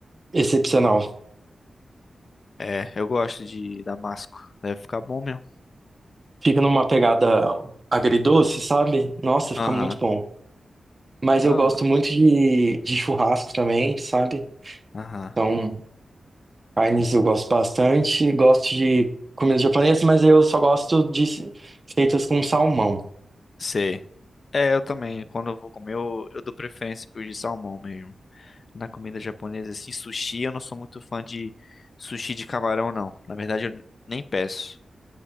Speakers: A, on the right (about 30°); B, on the left (about 50°).
A: excepcional.
B: É, eu gosto de damasco. Deve ficar bom mesmo.
A: Fica numa pegada agridoce, sabe? Nossa,
B: Aham.
A: fica muito bom. Mas
B: Da
A: eu gosto
B: hora.
A: muito de, de churrasco também, sabe?
B: Aham.
A: Então, carnes eu gosto bastante. Gosto de comida japonesa, mas eu só gosto de feitas com salmão.
B: Sei. É, eu também. Quando eu vou comer, eu, eu dou preferência pro de salmão mesmo. na comida japonesa, assim, sushi, eu não sou muito fã de sushi de camarão, não. Na verdade, eu nem peço.